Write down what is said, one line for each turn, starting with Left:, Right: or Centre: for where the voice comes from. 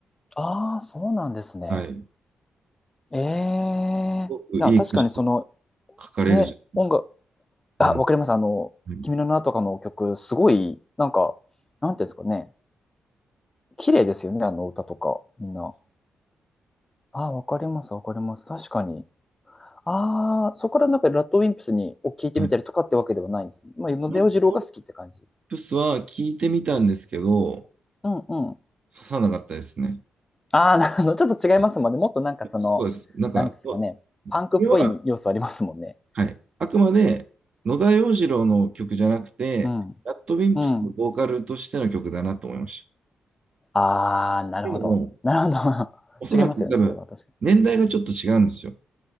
Left: ああ、そうなんですね。
Right: はい。す
Left: ええな、
Right: ごくいい歌詞
Left: 確かにその、
Right: 書かれるじゃないですか。
Left: ね、音楽、あ、
Right: うん。
Left: わかります。あの、
Right: はい。
Left: 君の名とかの曲、すごい、なんか、なんていうんですかね。綺麗ですよね、あの歌とか、みんな。あーわかります、わかります。確かに。ああ、そこからなんか、ラッドウィンプスに、を聞いてみたりとかってわけではないんですね。
Right: はい。
Left: まあ、野出洋次郎が好きって感じ。
Right: ラッドリップスは聞いてみたんですけど、
Left: うんうん。
Right: 刺さなかったですね。
Left: ああ、なるほど。ちょっと違いますもんね。
Right: はい
Left: もっとなんかその、
Right: そうです。なんか、
Left: なんですかね。
Right: こ
Left: パンクっぽい要素ありますもんね。
Right: れは、はい。あくまで野田洋次郎の曲じゃなくて、
Left: うん。
Right: ラッドウィンプスのボーカルとしての曲だなと思いました。
Left: うん。ああ、
Right: っていうのも、
Left: なるほど。なるほど。<laughs>
Right: おそらく多分、
Left: 違いますよね。それは確かに。
Right: 年代がちょっと違うんですよ。